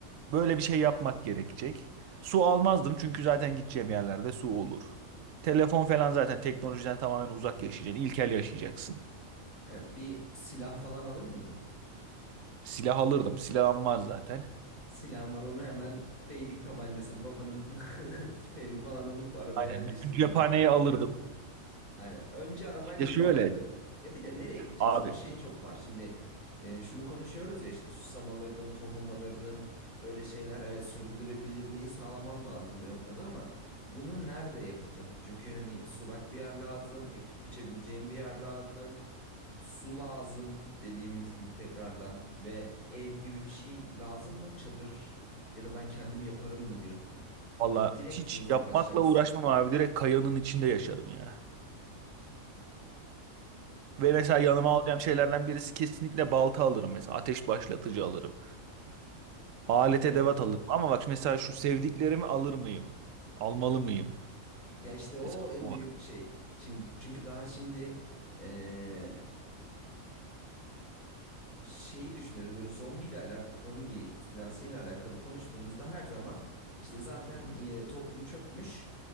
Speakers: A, on the right; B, on the left.
A: böyle bir şey yapmak gerekecek. Su almazdım çünkü zaten gideceğim yerlerde su olur. Telefon falan zaten teknolojiden tamamen uzak yaşayacaksın. İlkel yaşayacaksın.
B: Evet, bir silah falan alır mıydın?
A: Silah alırdım. Silahım var zaten.
B: Silahın var onu hemen beylik tabancasını babanın <laughs> tüfeğini falan alıp arabaya
A: Aynen.
B: yerleştirirdin
A: Bütün cephaneyi
B: herhalde.
A: alırdım.
B: Aynen. Önce arabayla
A: İşte
B: mı
A: şöyle
B: giderdin? Ya bir de nereye gideceksin?
A: abi
B: O şey çok var. Şimdi e, şunu konuşuyoruz ya işte susam alırdım, tohum alırdım. Böyle şeyler evet sürdürülebilirliği sağlamam lazım bir noktada ama bunu nerede yapacağım? Çünkü hani sulak bir yer lazım, ekip biçebileceğim bir yer lazım, su lazım dediğimiz gibi tekrardan ve ev gibi bir şey lazım mı? Çadır ya da ben kendim yaparım mı diyorsun?
A: valla
B: Yani direkt
A: hiç
B: mi uzaklaşacaksın?
A: yapmakla uğraşmam abi. Direkt kayanın içinde yaşarım ya. Ve mesela yanıma alacağım şeylerden birisi kesinlikle balta alırım mesela. Ateş başlatıcı alırım. Alet
B: Evet.
A: edevat alırım. Ama bak mesela şu sevdiklerimi alır mıyım? Almalı mıyım?
B: Ya işte o
A: Mesela
B: en
A: bu
B: büyük
A: var.
B: şey. Çünkü, çünkü daha şimdi eee, şeyi düşünüyoruz böyle zombiyle alakalı, zombi istilasıyla alakalı konuştuğumuzda her zaman işte zaten eee, toplum çökmüş.